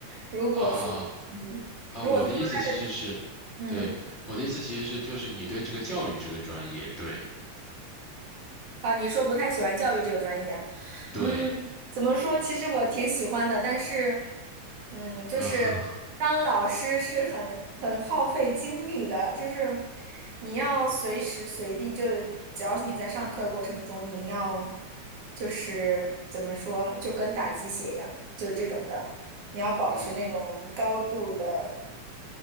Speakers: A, on the right; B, on the left.
A: 如果说嗯，
B: 啊、啊、
A: 如果他说他
B: 我的意思其实是，
A: 嗯
B: 对，我的意思其实是就是你对这个教育这个专业，对
A: 啊，你说不太喜欢教育这个专业啊。
B: 对，
A: 嗯，怎么说？其实我挺喜欢的，但是，嗯，就是当老师是很很耗费精力的，
B: 嗯哼
A: 就是你要随时随地就，只要是你在上课过程中，你要就是怎么说，就跟打鸡血一样，就这种的，你要保持那种高度的。
B: 嗯。